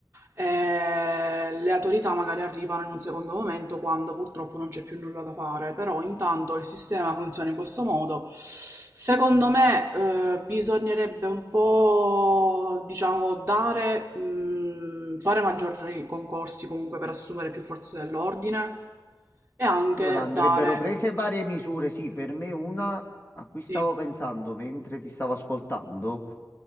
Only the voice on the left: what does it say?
Allora andrebbero
prese varie misure. Sì, per me una a cui stavo
pensando mentre ti stavo ascoltando.